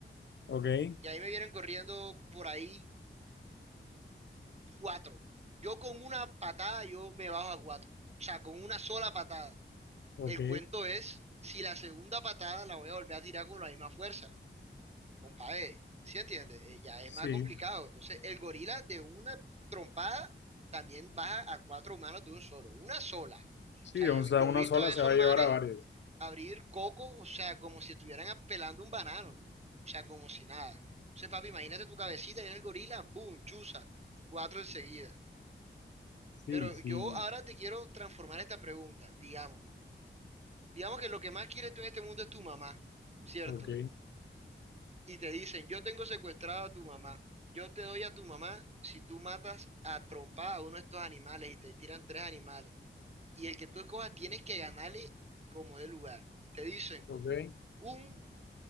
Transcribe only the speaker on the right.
y ahí me vienen corriendo por ahí 4 yo con una patada yo me bajo a 4 o sea, con una sola patada.
El cuento es si la segunda patada la voy a volver a tirar con la misma fuerza, compadre. ¿Sí entiendes? Eh, ya es
más complicado. Entonces, el gorila de una trompada también baja a cuatro manos de un solo, una sola.
O sea,
yo,
yo
he visto
a
esos
manes
abrir cocos, o sea, como si estuvieran pelando un banano, o sea, como si nada. Entonces, papi, imagínate tu cabecita y en el gorila, boom, chuza, cuatro enseguida.
Pero
yo ahora te quiero transformar esta pregunta, digamos. Digamos que lo que más quieres tú en este mundo es tu mamá, ¿cierto?
Y te dicen, yo tengo secuestrado a tu mamá, yo te doy a tu mamá si tú matas a trompada a uno de estos animales y te tiran tres animales. Y el que tú escojas tienes que ganarle como de lugar. Te dicen,
un,